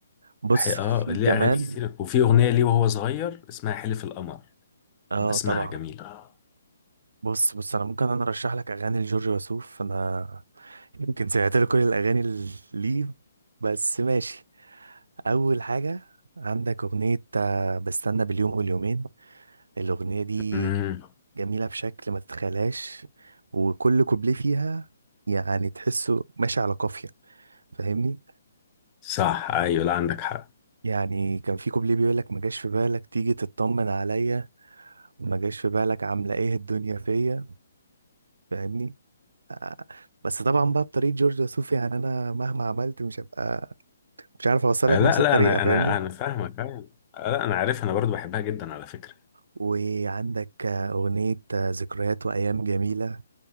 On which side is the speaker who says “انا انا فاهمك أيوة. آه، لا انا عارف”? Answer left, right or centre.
Left